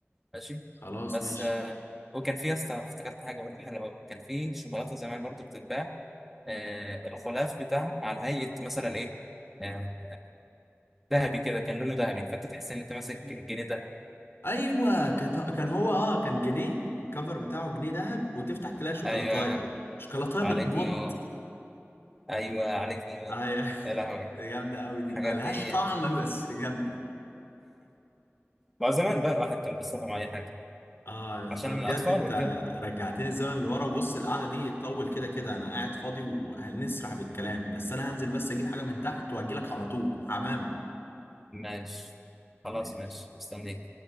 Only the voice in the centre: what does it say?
ماشي
بس
آه وكان في يا اسطى افتكرت حاجه برضه حلوه قوي كان في شوكولاته زمان برضه بتتباع آه الغلاف بتاعها على هيئه مثلا ايه آه ذهبي كده كان لونه ذهبي فانت تحس ان انت ماسك جنيه ده
ايوه
عليك
نور ايوه عليك نور
يا
لهوي
الحاجات
دي
مع زمان بقى الواحد كان بيصرف على اي حاجه
عشان
الاطفال
وكده
ماشي خلاص
ماشي مستنيك